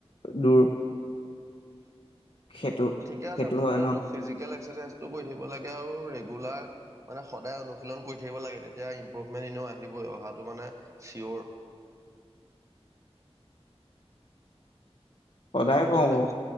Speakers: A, on the left; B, on the right.
A: দূৰ সেইটো
B: থিকে আছে
A: সেইটো
B: মুঠতে
A: হয় ন
B: তোক ফিজিকেল একচাৰচাইজ টো কৰি থাকিব লাগে আৰু ৰেগুলাৰ বা মানে সদায় অনুশীলন কৰি থাকিব লাগে তেতিয়া ইমপ্ৰুভমেন্ট এনেও আহিবই অহাটো মানে চিয়ৰ। <inaudible>
A: সদায়
B: শুনিছনে?
A: কওঁ বাৰু